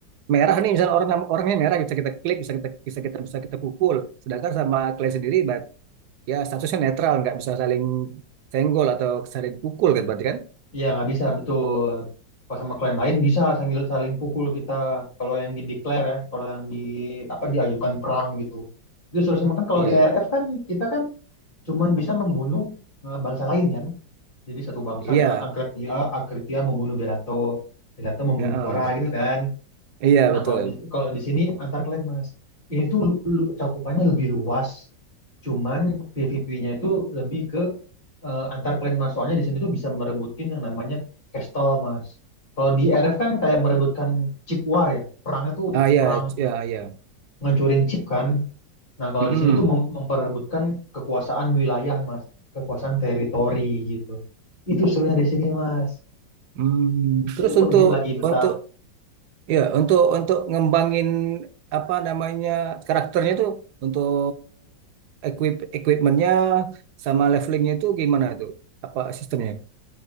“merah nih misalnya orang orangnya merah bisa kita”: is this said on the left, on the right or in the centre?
Right